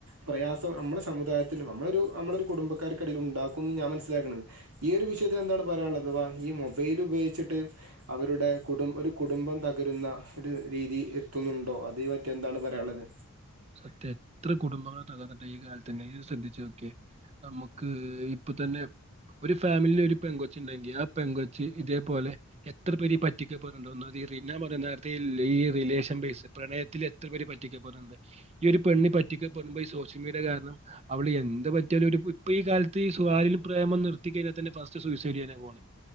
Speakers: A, on the right; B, on the right.
A: പ്രയാസം നമ്മുടെ സമുദായത്തിലും നമ്മളരു നമ്മളെ കുടുംബക്കാർക്കിടയിൽ ഉണ്ടാക്കുംന്ന് ഞാൻ മനസ്സിലാക്കുന്നത് ഈ ഒരു വിഷയത്തി എന്താണ് പറയാനുള്ളത്. ഈ മൊബൈൽ ഉപയോഗിച്ചിട്ട് അവരുടെ കുടും ഒരു കുടുംബം തകരുന്ന ഒരു രീതി എത്തുന്നുണ്ടോ അത് പറ്റി എന്താണ് പറയാനുള്ളത്
B: സത്യ എത്ര കുടുംബങ്ങൾ തകർണ്ട് ഈ കാല തന്നെ ഇയ്യ്ശ്രദ്ധിച്ചു നോക്കെ നമുക്ക് ഇപ്പൊ തന്നെ ഒരു ഫാമിലി ഒരു പെൺ കൊച്ച് ഉണ്ടെങ്കിൽ ആ പെൺ കൊച്ച് ഇതേപോലെ എത്ര പേരെ പറ്റിക്കപെടുന്നുണ്ട്. ഒന്നാക <unintelligible> നേരത്തെ ഈ റിലേഷൻ ബേസ് പ്രണയത്തിൽ എത്രപേരെ പറ്റിക്കപെടുന്നുണ്ട്. ഈ ഒരു പെണ്ണി പറ്റിക്കപ്പെുമ്പോ ഈ സോഷ്യൽ മീഡിയ കാരണം അവള് എന്തന്ത് പറ്റിയാലും ഇപ്പൊ ഈ കാലത് <unintelligible> പ്രേമം നിർത്തി കഴിഞ്ഞാൽ തന്നെ ഫസ്റ്റ് സൂസൈഡ് ചെയ്യാന പോകണ്